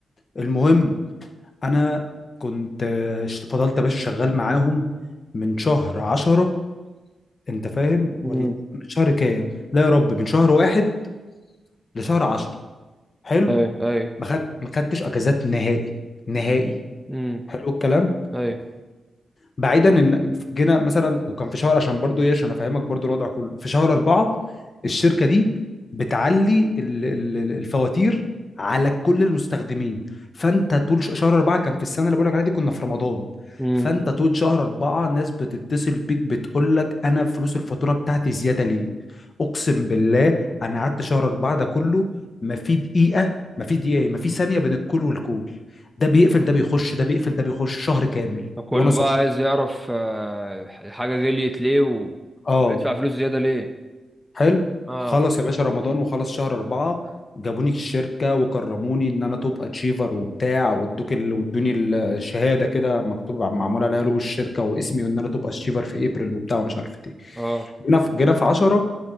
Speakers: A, on the left; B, in the centre.
A: المهم انا كنت آه، ش- فضلت يا باشا شغال معاهم من شهر عشرة انت فاهم
B: امم
A: ولا من شهر كام لا يا رب من شهر واحد لشهر عشر حلو
B: ايوه ايوه
A: ما خد ما خدتش اجازات نهائي نهائي
B: امم
A: حلو الكلام
B: ايوه
A: بعيدا ان جينا مثلا وكان في شهر عشان برضو ايه عشان افهمك برضو الوضع كله في شهر أربعة الشركة دي بتعلي ال- ال- ال- الفواتير على كل المستخدمين فانت طول ش- شهر أربعة كان في السنة اللي بقولك عليها دي كنا في رمضان
B: امم
A: فانت طول شهر أربعة الناس بتتصل بيك بتقول لك انا فلوس الفاتورة بتاعتي زيادة ليه اقسم بالله انا قعدت شهر أربعة ده كله ما في دقيقة ما في دقيقة ما في ثانية بين الكل والكل ده بيقفل ده بيخش ده بيقفل ده بيخش شهر كامل
B: فكله
A: وانا صايم
B: بقى عايز يعرف آه، الحاجة غليت ليه و...
A: اه
B: وبيدفع فلوس زيادة ليه
A: حلو
B: اه
A: خلص يا باشا رمضان وخلص شهر أربعة جابوني الشركة وكرموني إن أنا توب أتشيفر وبتاع وادوك ال... وادوني الشهادة كده مكتوب معمول عليها لوجو الشركة واسمي وإن أنا توب أتشيفر في أبريل وبتاع ومش عارف إيه
B: اه
A: جينا في جينا في 10